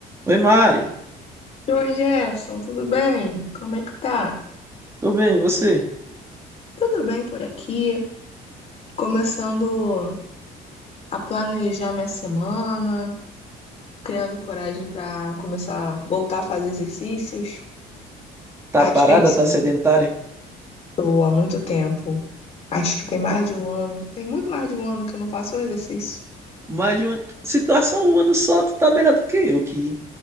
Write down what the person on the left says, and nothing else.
Oi, Jefferson, tudo bem? Como é que tá?
Tudo bem por aqui? Começando a planejar minha semana, criando coragem para começar a voltar a fazer exercícios.
Tá
difícil.
Tô há muito tempo. Acho que tem mais de um ano. Tem muito mais de um ano que eu não faço um exercício.